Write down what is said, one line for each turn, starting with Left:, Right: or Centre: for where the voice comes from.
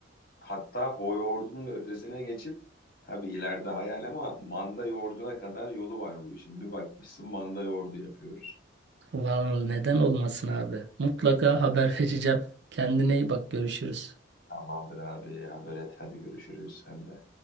Left: Hatta o yoğurdun da ötesine geçip tabii ileride hayal ama manda yoğurduna kadar yolu var bu işin. Bir bakmışsın manda yoğurdu yapıyoruz.
Right: Vallahi neden olmasın abi. Mutlaka haber <laughs> vereceğim. Kendine iyi bak görüşürüz.
Left: Tamamdır abi haber et hadi görüşürüz sen de.